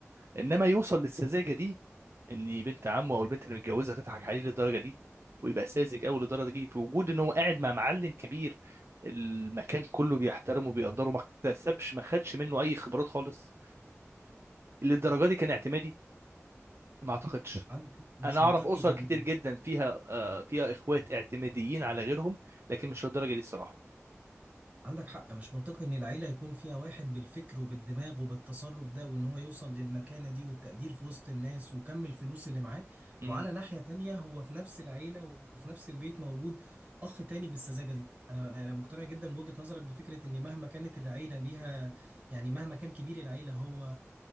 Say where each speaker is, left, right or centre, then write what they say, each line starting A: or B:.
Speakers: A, on the right; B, on the right.
A: انما يوصل للسذاجه دي ان بنت عمه او البنت اللي متجوزها تضحك عليه للدرجه دي ويبقى ساذج قوي للدرجه دي في وجود ان هو قاعد مع معلم كبير المكان كله بيحترمه وبيقدره ما اكتسبش ما خدش منه اي خبرات خالص للدرجه دي كان اعتمادي ما اعتقدش
B: عندك حق مش
A: انا اعرف
B: منطقي
A: اسر
B: ان
A: كتير جدا فيها آه، فيها اخوات اعتماديين على غيرهم لكن مش للدرجه دي الصراحه
B: عندك حق مش منطقي ان العيله يكون فيها واحد بالفكر وبالدماغ وبالتصرف ده وان هو يوصل للمكانه دي والتقدير في وسط الناس وكم الفلوس اللي معاه
A: مم.
B: وعلى ناحيه تانية هو في نفس العيله وفي نفس البيت موجود اخ تاني بالسذاجه دي انا انا أنا مقتنع جدا بوجهه نظرك بفكره ان مهما كانت العيله ليها يعني مهما كان كبير العيله هو